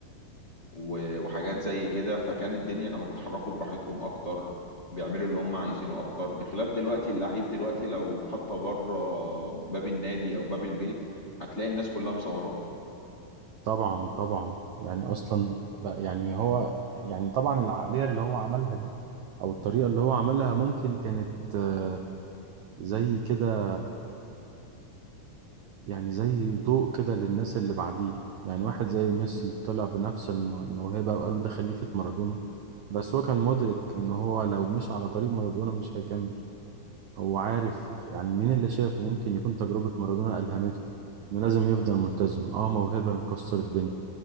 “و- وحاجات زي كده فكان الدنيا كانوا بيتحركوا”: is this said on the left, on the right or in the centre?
Left